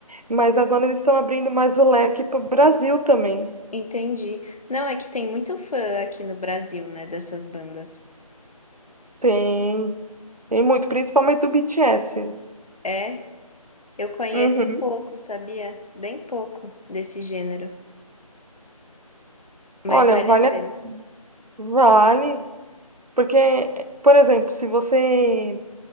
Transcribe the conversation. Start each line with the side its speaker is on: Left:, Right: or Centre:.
Right: Mas agora eles estão abrindo mais o leque para o Brasil também.
Left: Entendi. Não, é que tem muito fã aqui no Brasil, né, dessas bandas.
Right: Tem, tem muito, principalmente do BTS.
Left: É, eu conheço
Right: Uhum.
Left: pouco, sabia? Bem pouco desse gênero, mas
Right: Olha,
Left: vale
Right: vale,
Left: a pena.
Right: a- vale, porque, por exemplo, se você,